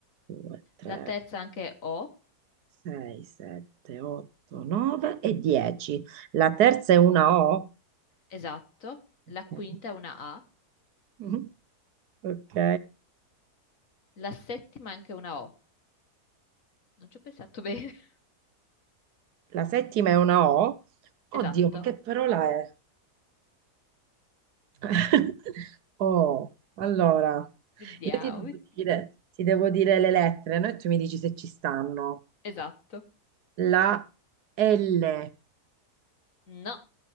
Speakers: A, on the right (about 75°); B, on the left (about 55°).
A: 2, 3,
B: La terza anche è O,
A: 6, 7, 8, 9 e 10. La terza è una O.
B: esatto. La
A: Ok.
B: quinta è una A.
A: Mhm. Ok.
B: La settima è anche una O. Non ci ho pensato bene. <laughs>
A: La settima è una O. Oddio,
B: Esatto.
A: ma che parola è? <laughs> Oh, allora,
B: Vediamo,
A: io ti devo
B: vediamo.
A: dire, ti devo dire le lettere, no? E tu mi dici se ci stanno.
B: Esatto.
A: La L.
B: No.